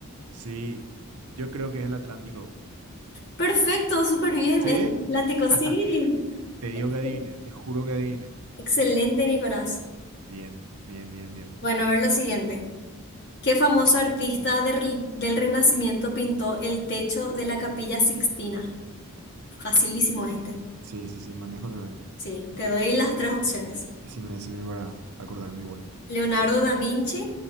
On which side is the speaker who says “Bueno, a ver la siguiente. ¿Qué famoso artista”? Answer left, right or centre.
Left